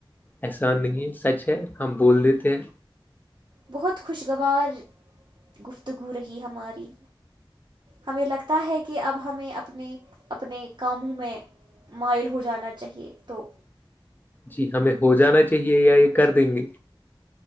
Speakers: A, on the left (about 20°); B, on the right (about 55°).
A: احسان نہیں ہے سچ ہے ہم بول دیتے ہیں
B: بہت خوشگوار گفتگو رہی ہماری ہمیں لگتا ہے کہ اب ہمیں اپنے اپنے کاموں میں مائل ہو جانا چاہیے تو
A: جی ہمیں ہو جانا چاہیے یا یہ کر دیں گے